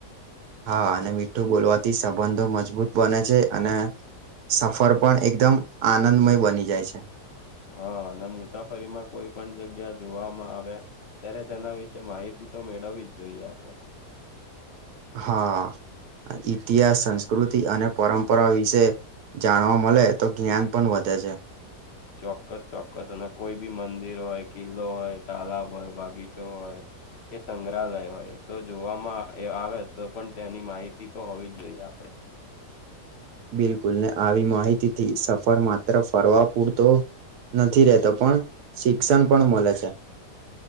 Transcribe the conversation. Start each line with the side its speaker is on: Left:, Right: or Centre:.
Right: હા અને મીઠું બોલવાથી સંબંધો મજબૂત બને છે અને સફર પણ એકદમ આનંદમય બની જાય છે.
Left: હા અને મુસાફરીમાં કોઈ પણ જગ્યા જોવામાં આવે. ત્યારે તેના વિશે માહિતી તો મેળવવી જ જોઈએ આપણે.
Right: હા ઇતિહાસ, સંસ્કૃતિ અને પરંપરા વિશે જાણવા મળે તો જ્ઞાન પણ વધે છે.
Left: ચોક્કસ ચોક્કસ અને કોઈ બી મંદિર હોય, કિલ્લો હોય, તાલાબ હોય, બગીચો હોય કે સંગ્રહાલય હોય, તો જોવામાં આવે તો પણ તેની માહિતી તો હોવી જ જોઈએ આપડે.
Right: બિલકુલ ને આવી માહિતી થી સફર માત્ર ફરવા પૂરતો નથી રેતો પણ શિક્ષણ પણ મળે છે.